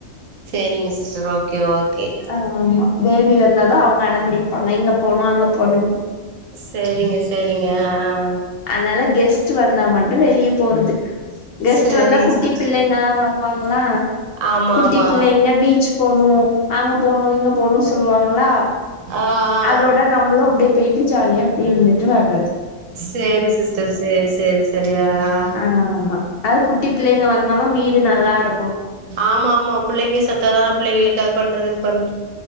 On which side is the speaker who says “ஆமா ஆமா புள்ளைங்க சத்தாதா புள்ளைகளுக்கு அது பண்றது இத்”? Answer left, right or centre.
Right